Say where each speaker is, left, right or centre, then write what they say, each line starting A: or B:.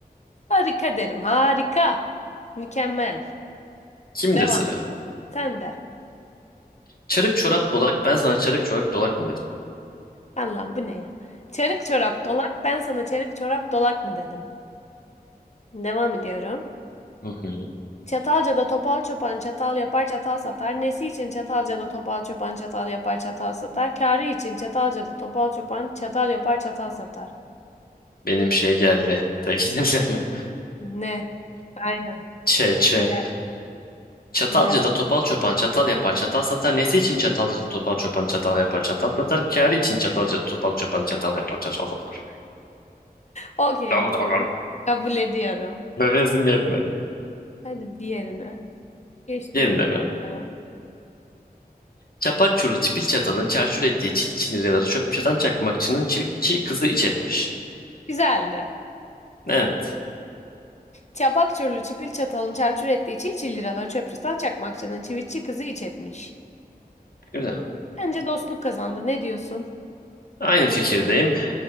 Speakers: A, on the left; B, on the left.
A: Harika derim. Harika. Mükemmel.
B: Kimde
A: Devam.
B: sıra?
A: Sen de.
B: Çarık çorap dolak ben sana çarık çorak dolak mı dedim.
A: Allah'ım bu ne ya? Çarık çorap dolak. Ben sana çarık çorap dolak mı dedim? Devam ediyorum.
B: Hı hı.
A: Çatalca'da topal çoban çatal yapar çatal satar. Nesi için Çatalca'da topal çoban çatal yapar çatal satar. Kârı için Çatalca'da topal çoban çatal yapar çatal satar.
B: Benim şey geldi. Tekinleme.
A: Ne? Aynen.
B: <laughs> Çe çe.
A: Helal.
B: Çatalcı
A: Gel.
B: da topal çopan çatal yapar çatal satar. Nesi için çatalcı da topal çopan çatal yapar çatal satar. Kârı için çatalcı da topal çopan çatal yapar çatal satar.
A: Okey
B: <laughs> Dav,
A: okey.
B: dav, dav.
A: Kabul ediyorum.
B: Nefesim yetmedi.
A: Hadi diğerine. Geç
B: Yerinde
A: diğerine
B: mi?
A: bakalım.
B: Çapak çuru çipil çatalın çarçur ettiği çil çiniraları çöp çatan çakmakçının çivitçi kızı iç etmiş.
A: Güzeldi.
B: Evet.
A: Çapak çurlu çipil çatalın çarçur ettiği çil çil liralar çöpçüden çakmakçının çivitçi kızı iç etmiş.
B: Güzel.
A: Bence dostluk kazandı. Ne diyorsun?
B: Aynı fikirdeyim.